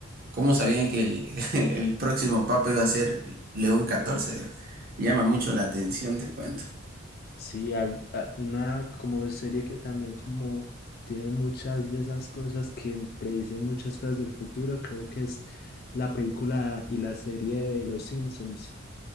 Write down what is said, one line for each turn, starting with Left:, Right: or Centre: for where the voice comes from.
Right: ¿Cómo sabían que el, <laughs> el próximo papa iba a ser León catorce, digamos? Llama mucho la atención, te cuento.
Left: Sí, al- a- una como serie que también como tiene muchas de esas cosas que predicen muchas cosas del futuro, creo que es la película y la serie de Los Simpsons.